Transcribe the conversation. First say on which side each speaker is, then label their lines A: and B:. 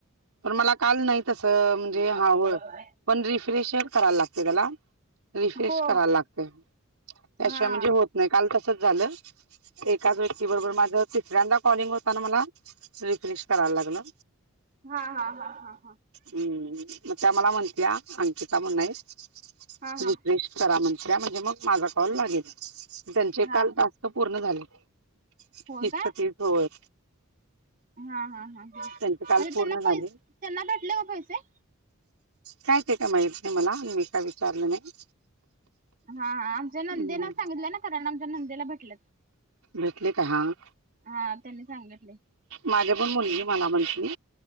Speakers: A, on the right (about 90°); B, on the right (about 40°).
A: पण मला काल नाही तसं म्हणजे
B: <unintelligible>
A: हा होय पण रिफ्रेश करायला लागते त्याला, रिफ्रेश
B: हो.
A: करायला लागते. त्याशिवाय
B: हा
A: म्हणजे होत नाही, काल तसच झालं एकाच व्यक्ती बरोबर माझ तिसऱ्यांदा कॉलिंग होताना मला रिफ्रेश करायला लागला.
B: हा हा हा हा हा.
A: हम्म मग त्या मला म्हणत्या अंकिता म्हनून हाईत
B: हा हा
A: रिफ्रेश
B: हा
A: करा म्हणल्या म्हणजे मग माझा कॉल लागेल त्यांचे
B: हा
A: काल तास्क पूर्ण झाले. तीस
B: होय काय
A: च्या तीस होय.
B: हा हा हा हा म्हणजे
A: त्यांचे काल पूर्ण
B: त्यांना पैसे
A: झाले
B: त्यांना भेटले का पैसे.
A: काय ते काय माहिती नाही मला मी काय विचारलं नाही.
B: हा हा आमच्या नंदेन
A: हम्म
B: सांगितलंय ना कारण आमच्या नंदेला भेटलं.
A: भेटले काय हां.
B: हा त्यांनी सांगितले
A: माझ्या पण मुलगी मला म्हली